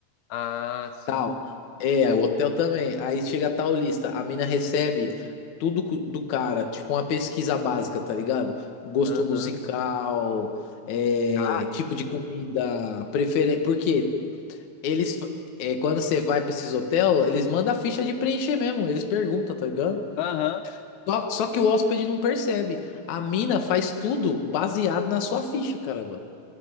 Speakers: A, on the left; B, on the left.
A: Ah, sim.
B: Tal. É, o hotel também. Aí chega tal lista, a mina recebe tudo cu- do cara, tipo uma pesquisa básica, tá ligado? Gosto
A: Aham.
B: musical, é,
A: Cara,
B: tipo de comida, preferência. Porque eles, fa- é, quando você vai pra esses hotel, eles mandam a ficha de preencher mesmo, eles perguntam, tá ligado?
A: Aham.
B: Só, só que o hóspede não percebe. A mina faz tudo baseado na sua ficha, caramba.